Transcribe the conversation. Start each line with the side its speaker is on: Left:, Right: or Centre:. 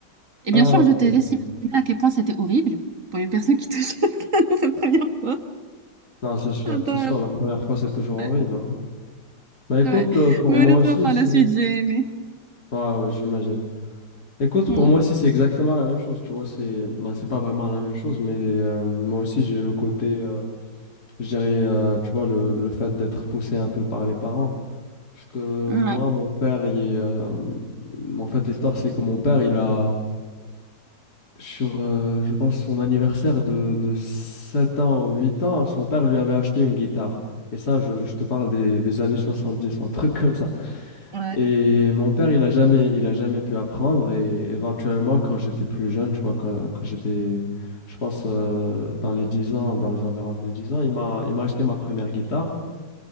Right: Et bien
Left: Ah,
Right: sûr,
Left: ok.
Right: je te laisse imaginer à quel point c'était horrible pour une personne qui touchait le piano <laughs> la première fois.
Left: Non, c'est sûr.
Right: Ah
Left: C'est
Right: bah,
Left: sûr, la première fois, c'est toujours horrible.
Right: ouais,
Left: hein. Bah, écoute,
Right: ouais.
Left: euh, pour
Right: Mais
Left: moi
Right: honnêtement,
Left: aussi,
Right: par
Left: c'est.
Right: la suite, j'ai aimé.
Left: Ouais, ouais, j'imagine. Écoute,
Right: Ouais,
Left: pour moi aussi, c'est exactement la même chose. Tu vois, c'est bah, c'est pas vraiment la même chose, mais euh, moi aussi, j'ai le côté, euh, je dirais, euh, tu vois, le, le fait d'être poussé un peu par les parents. Parce que
Right: ouais,
Left: moi, mon père, il est, euh, en fait, l'histoire, c'est que mon père, il a. sur, euh, je pense, son anniversaire de, de 7 ans ou 8 ans, son père lui avait acheté une guitare. Et ça, je, je te parle des, des années 70, un truc comme ça.
Right: ouais.
Left: Et mon père, il a jamais, il a jamais pu apprendre. Et éventuellement, quand j'étais plus jeune, tu vois, quand, quand j'étais, je pense, euh, dans les 10 ans, dans les environs de 10 ans, il m'a, il m'a acheté ma première guitare.